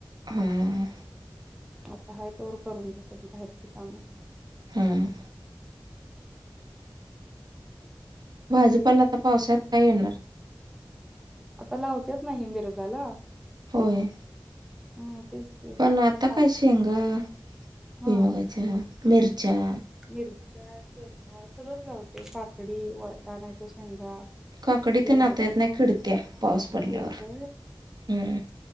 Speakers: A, on the right; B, in the centre.
A: हम्म
B: आता ह तोवर करून घेत बाहेरची कामं
A: हम्म भाजपाला आता पावसाळ्यात काय येणार
B: आता लावतेत नाही मिरगाला
A: होय
B: हा तेच की
A: पण आता
B: हा
A: काय शेंगा पुई
B: हा.
A: मगाच्या मिरच्या
B: मिरच्या शेंगा सर्वच लावते पाकडी वळटणाच्या शेंगा
A: काकडी
B: घेवडा
A: ते नाता यत नाही खिडत्या पाऊस पडल्यावर
B: तिडका
A: हम्म